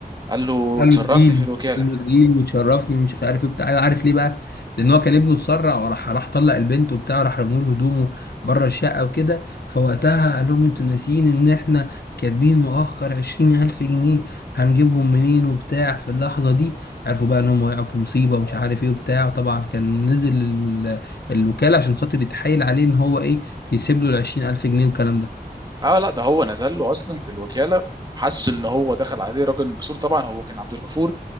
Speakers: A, on the right; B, on the left.
A: قال له
B: قال
A: تشرفني
B: له تجيلي
A: في الوكاله
B: قال له تجيلي وتشرفني ومش عارف ايه بتاع أيوة، عارف ليه بقى لان هو كان ابنه اتسرع وراح راح طلق البنت وبتاع راح رموا له هدومه بره الشقه وكده فوقتها قال لهم انتوا ناسيين ان احنا كاتبين مؤخر 20000 جنيه هنجيبهم منين وبتاع في اللحظه دي عرفوا بقى ان هم وقعوا في مصيبه ومش عارف ايه وبتاع وطبعا كان نزل ال- الوكاله عشان خاطر يتحايل عليه ان هو ايه يسيب له ال 20000 جنيه والكلام ده
A: اه لا ده هو نزل له اصلا في الوكاله وحس ان هو دخل عليه راجل مكسور طبعا هو كان عبد الغفور